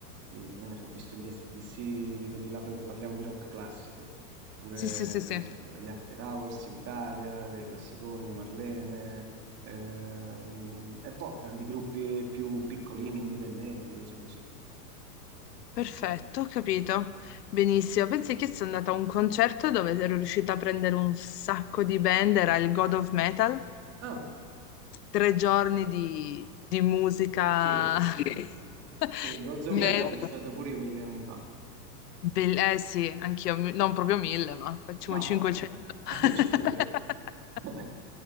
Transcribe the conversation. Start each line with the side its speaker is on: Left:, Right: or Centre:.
Right: Di- che ne so, ho visto gli AC/DC, di quelli là, proprio parliamo di rock classico pure
Left: Sì, sì, sì, sì.
Right: che ne so, gli After Hours in Italia, dei classiconi, Marlene, Ehm, e poi tanti gruppi più piccolini, indipendenti, cose così.
Left: Perfetto,
Right: Sì.
Left: ho capito. Benissimo. Pensi che sono andata a un concerto dove ero riuscita a prendere un sacco di band, era il God of Metal.
Right: Ah,
Left: tre giorni di, di musica.
Right: sì,
Left: <laughs> Sì,
Right: sì, Gods of
Left: sì, Me-
Right: Metal
Left: guarda.
Right: sono stato pure io mille anni fa.
Left: bel- eh sì, anch'io, mi- non proprio mille, ma facciamo
Right: No,
Left: 500.
Right: vabbè, <laughs> insomma,
Left: <laughs>
Right: 500. <laughs>